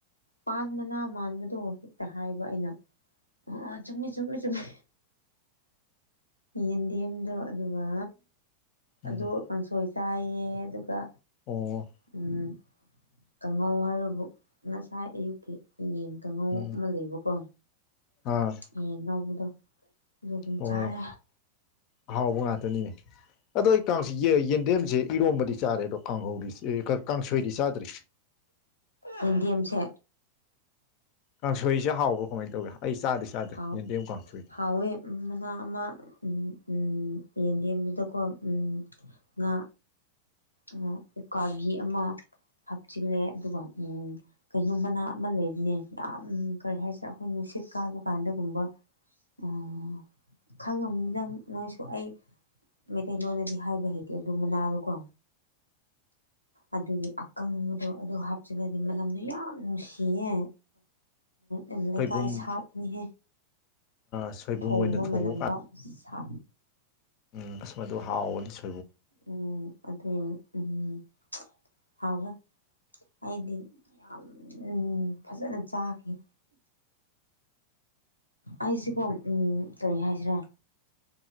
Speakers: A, on the left; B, on the left.
A: ꯄ ꯃꯅꯥ ꯃꯥꯟꯕꯗꯣ ꯍꯦꯛꯇ ꯍꯥꯏꯕ ꯑꯩꯅ ꯑꯣ ꯆꯨꯝꯃꯤ ꯆꯨꯝꯃꯤ ꯆꯨꯝꯃꯤ
B: ꯍ
A: ꯌꯦꯟꯗꯦꯝꯗꯣ ꯑꯗꯨꯒ ꯑꯗꯨ
B: ꯎꯝ
A: ꯀꯥꯡꯁꯣꯏ ꯆꯥꯏꯌꯦ ꯑꯗꯨꯒ
B: ꯑꯣ
A: ꯎꯝ ꯀꯥꯡꯉꯧ ꯍꯥꯏꯕꯕꯨ ꯉꯁꯥꯏ ꯑꯌꯨꯛꯀꯤ ꯌꯦꯟ ꯇꯉꯧ
B: ꯎꯝ
A: ꯑꯃ ꯂꯩꯕꯀꯣ
B: ꯑꯥ
A: ꯌꯦꯟ ꯉꯧꯕꯗꯨ ꯑꯗꯨ ꯑꯗꯨꯝ
B: ꯑꯣ
A: ꯆꯥꯔꯦ
B: ꯑꯍꯥꯎꯕ ꯉꯥꯛꯇꯅꯤꯅꯦ ꯑꯗꯣ ꯑꯩ ꯀꯥꯡꯁꯤ ꯌꯦ ꯌꯦꯟꯗꯦꯝꯁꯦ ꯏꯔꯣꯝꯕꯗꯤ ꯆꯥꯔꯦ ꯑꯗꯣ ꯀꯥꯡꯍꯧꯗꯤ ꯀꯥꯡꯁꯣꯏꯗꯤ ꯆꯥꯗ꯭ꯔꯤ
A: ꯌꯦꯟꯗꯦꯝꯁꯦ
B: ꯀꯥꯡꯁꯣꯏꯁꯦ ꯍꯥꯎꯕ꯭ꯔꯣ ꯀꯃꯥꯏꯅ ꯇꯧꯒꯦ ꯑꯩ ꯆꯥꯗꯤ ꯆꯥꯗ꯭ꯔꯦ
A: ꯍꯥꯎ
B: ꯌꯦꯟꯗꯦꯝ ꯀꯥꯡꯁꯣꯏꯗꯤ
A: ꯍꯥꯎꯋꯦ ꯃꯅ ꯑꯃ ꯎꯝ ꯎꯝ ꯌꯦꯟꯗꯦꯝꯗꯨꯗꯀꯣ ꯎꯝ ꯉꯥ ꯑꯣ ꯎꯀꯥꯕꯤ ꯑꯃ ꯍꯥꯞꯆꯤꯜꯂꯦ ꯑꯗꯨꯒ ꯎꯝ ꯀꯩꯅꯣ ꯃꯅꯥ ꯑꯃ ꯂꯩꯕꯅꯦ ꯌꯥꯝ ꯀꯔꯤ ꯍꯥꯏꯁꯤꯔꯥ ꯑꯩꯈꯣꯏ ꯅꯨꯡꯁꯤ ꯃꯤꯠ ꯀꯥꯕꯀꯥꯟꯗꯒꯨꯝꯕ ꯎꯝ ꯈꯪꯉꯝꯅꯤ ꯅꯪ ꯅꯣꯏꯁꯨ ꯑꯩ ꯃꯩꯇꯩꯂꯣꯟꯗꯗꯤ ꯍꯥꯏꯕ ꯍꯩꯇꯦ ꯑꯗꯨꯝ ꯃꯅꯥꯗꯣꯀꯣ
B: <inaudible>
A: ꯑꯗꯨꯒꯤ ꯑꯀꯪꯕꯗꯣ ꯑꯗꯨ ꯍꯥꯞꯆꯜꯂꯗꯤ ꯃꯅꯝꯗꯣ ꯌꯥꯝ ꯅꯨꯡꯁꯤꯌꯦ ꯑꯗꯨꯒ ꯂꯩꯀꯥꯏ
B: ꯁꯣꯏꯕꯨꯝ
A: ꯁꯥꯠꯅꯤꯍꯦ
B: ꯁꯣꯏꯕꯨꯝ
A: ꯊꯣꯡꯕ
B: ꯑꯣꯏꯅ
A: ꯃꯅꯝꯗ
B: ꯀꯥꯟ
A: ꯊ
B: ꯎꯝ ꯑꯁ ꯃꯗꯨ ꯍꯥꯎꯕꯅꯤ ꯁꯨ
A: ꯎꯝ ꯑꯗꯨ ꯎꯝ ꯍꯥꯎꯑꯦ ꯑꯩꯗꯤ ꯌꯥꯝ ꯎꯝ ꯐꯖꯅ ꯆꯥꯈꯤ ꯑꯩꯁꯤꯀꯣ ꯎꯝ ꯀꯔꯤ ꯍꯥꯏꯁꯤꯔꯥ